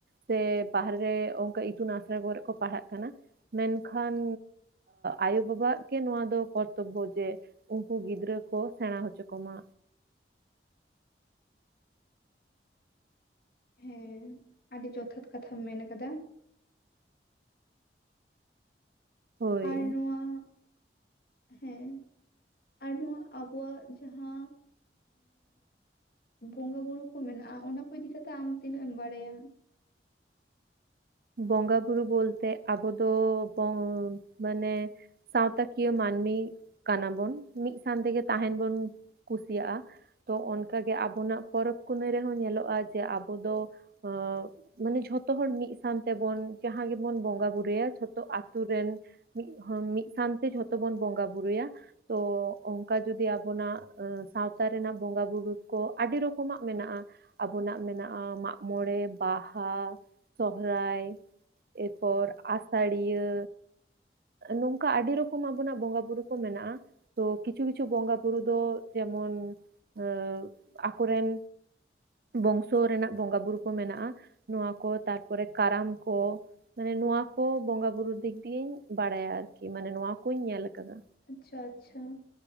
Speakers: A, on the right; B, on the left.
A: ᱥᱮ ᱵᱟᱦᱨᱮᱨᱮ ᱚᱱᱠᱟ ᱤᱛᱩᱱ ᱟᱥᱲᱟ ᱠᱚᱨᱮᱜ ᱠᱚ ᱯᱟᱲᱦᱟᱜ ᱠᱟᱱᱟ ᱢᱮᱱᱠᱷᱟᱱ ᱟᱭᱳ ᱵᱟᱵᱟᱜ ᱜᱮ ᱱᱚᱣᱟ ᱫᱚ ᱠᱚᱨᱛᱚᱵᱵᱚ ᱡᱮ ᱩᱱᱠᱩ ᱜᱤᱫᱽᱨᱟᱹ ᱠᱚ ᱥᱮᱲᱟ ᱦᱚᱪᱚ ᱠᱚᱢᱟ᱾
B: ᱦᱮᱸ ᱟᱹᱰᱤ ᱡᱚᱛᱷᱟᱛ ᱠᱟᱛᱷᱟᱢ ᱢᱮᱱ ᱠᱟᱫᱟ᱾
A: ᱦᱳᱭ
B: ᱟᱨ ᱱᱚᱣᱟ ᱦᱮᱸᱻ ᱟᱨ ᱱᱚᱣᱟ ᱟᱵᱚᱣᱟᱜ ᱡᱟᱦᱟᱸ ᱵᱚᱸᱜᱟ ᱵᱩᱨᱩ ᱠᱚ ᱢᱮᱱᱟᱜᱼᱟ ᱚᱱᱟ ᱠᱚ ᱤᱫᱤᱠᱟ ᱠᱟᱛᱮᱜ ᱟᱢ ᱛᱤᱱᱟᱹᱜ ᱮᱢ ᱵᱟᱲᱟᱭᱟ?
A: ᱵᱚᱸᱜᱟ ᱵᱩᱨᱩ ᱵᱚᱞᱛᱮ ᱟᱵᱚ ᱫᱚ ᱵᱚᱝ ᱢᱟᱱᱮ ᱥᱟᱶᱛᱟ ᱠᱤᱭᱟᱹ ᱢᱟᱹᱱᱢᱤ ᱠᱟᱱᱟ ᱵᱚᱱ ᱢᱤᱫ ᱥᱟᱶᱟᱱ ᱛᱮᱜᱮ ᱛᱟᱦᱮᱱ ᱵᱚᱱ ᱠᱩᱥᱤᱭᱟᱜᱼᱟ ᱛᱚ ᱚᱱᱠᱟᱜᱮ ᱟᱵᱚᱱᱟᱜ ᱯᱚᱨᱚᱵᱽ ᱯᱩᱱᱟᱹᱭ ᱨᱮᱦᱚᱸ ᱧᱮᱞᱚᱜᱼᱟ ᱡᱮ ᱟᱵᱚ ᱫᱚ ᱟ ᱢᱟᱱᱮ ᱡᱷᱚᱛᱚ ᱦᱚᱲ ᱢᱤᱫ ᱛᱟᱱ ᱛᱮᱵᱚᱱ ᱡᱟᱦᱟᱸ ᱜᱮᱵᱚᱱ ᱵᱚᱸᱜᱟ ᱵᱩᱨᱩᱭᱟ ᱡᱷᱚᱛᱚ ᱟᱛᱳ ᱨᱮᱱ ᱢᱤᱫ ᱦᱚᱲ ᱢᱤᱫ ᱥᱱᱛᱮ ᱡᱷᱚᱛᱚ ᱵᱚᱱ ᱵᱚᱸᱜᱟ ᱵᱩᱨᱩᱭᱟ ᱛᱚ ᱚᱱᱠᱟ ᱡᱩᱚᱫᱤ ᱟᱵᱚᱱᱟᱜ ᱥᱟᱶᱛᱟ ᱨᱮᱱᱟᱜ ᱵᱚᱸᱜᱟ ᱵᱩᱨᱩ ᱠᱚ ᱟᱹᱰᱤ ᱨᱚᱠᱚᱢᱟᱜ ᱢᱮᱱᱟᱜᱼᱟ ᱟᱵᱚᱱᱟᱜ ᱢᱮᱱᱟᱜᱼᱟ ᱢᱟᱜ ᱢᱚᱬᱮ ᱵᱟᱦᱟ ᱥᱚᱦᱚᱨᱟᱭ ᱮᱨ ᱯᱚᱨ ᱟᱥᱟᱲᱤᱭᱟᱹ ᱱᱚᱝᱠᱟ ᱟᱹᱰᱤ ᱨᱚᱠᱚᱢ ᱟᱵᱚᱱᱟᱜ ᱵᱚᱸᱜᱟ ᱵᱩᱨᱩ ᱠᱚ ᱢᱮᱱᱟᱜᱼᱟ ᱛᱚ ᱠᱤᱪᱷᱩ ᱠᱤᱪᱷᱩ ᱵᱚᱸᱜᱟᱼᱵᱩᱨᱩ ᱫᱚ ᱡᱮᱢᱚᱱ ᱮ ᱟᱠᱚᱨᱮᱱ ᱵᱚᱝᱥᱚ ᱨᱮᱱᱟᱜ ᱵᱚᱸᱜᱟ ᱵᱩᱨᱩ ᱠᱚ ᱢᱮᱱᱟᱜᱼᱟ ᱱᱚᱣᱟ ᱠᱚ ᱛᱟᱨᱯᱚᱨᱮ ᱠᱟᱨᱟᱢ ᱠᱚ ᱢᱟᱱᱮ ᱱᱚᱣᱟ ᱠᱚ ᱵᱚᱸᱜᱟ ᱵᱩᱨᱩ ᱫᱤᱠ ᱫᱤᱭᱮᱧ ᱵᱟᱲᱟᱭᱟ ᱟᱨᱠᱤ ᱢᱟᱱᱮ ᱱᱚᱣᱟᱠᱩᱧ ᱧᱮᱞ ᱟᱠᱟᱫᱟ
B: ᱟᱪᱪᱷᱟ ᱟᱪᱪᱷᱟ